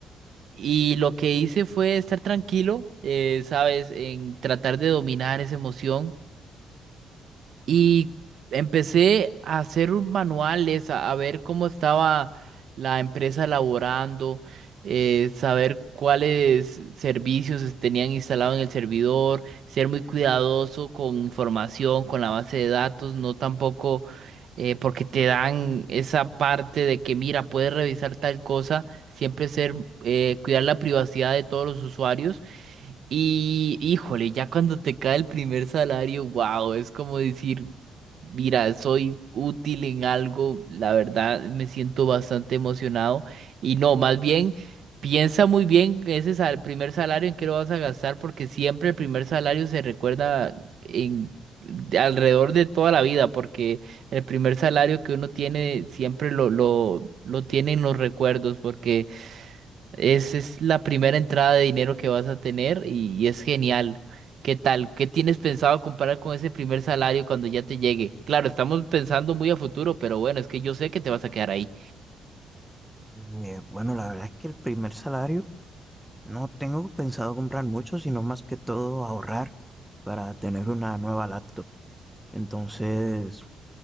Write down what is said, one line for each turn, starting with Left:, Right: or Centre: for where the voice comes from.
Right: Y lo que hice fue estar tranquilo, eh, ¿sabes? En tratar de dominar esa emoción. Y empecé a hacer un manuales, a, a ver cómo estaba la empresa elaborando, eh, saber cuáles servicios es- tenían instalado en el servidor, ser muy cuidadoso con información, con la base de datos, no tampoco eh, porque te dan esa parte de que mira, puedes revisar tal cosa, siempre ser eh, cuidar la privacidad de todos los usuarios. Y híjole, ya cuando te cae el primer salario, wow, es como decir, mira, soy útil en algo, la verdad me siento bastante emocionado. Y no, más bien, piensa muy bien ese sal- primer salario en qué lo vas a gastar, porque siempre el primer salario se recuerda en de alrededor de toda la vida, porque el primer salario que uno tiene siempre lo, lo, lo tiene en los recuerdos, porque es, es la primera entrada de dinero que vas a tener y, y es genial. ¿Qué tal? ¿Qué tienes pensado comparar con ese primer salario cuando ya te llegue? Claro, estamos pensando muy a futuro, pero bueno, es que yo sé que te vas a quedar ahí.
Centre: Eh, bueno, la verdad es que el primer salario no tengo pensado comprar mucho, sino más que todo ahorrar para tener una nueva laptop. Entonces,